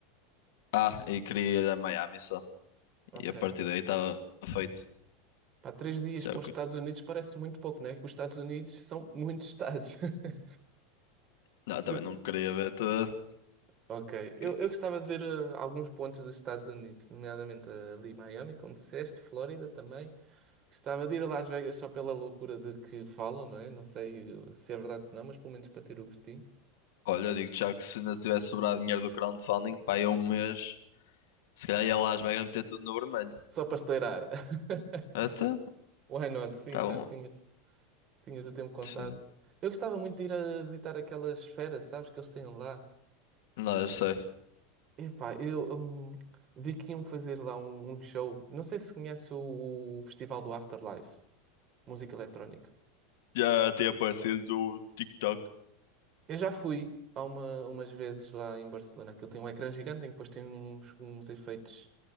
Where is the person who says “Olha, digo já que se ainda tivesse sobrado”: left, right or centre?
Left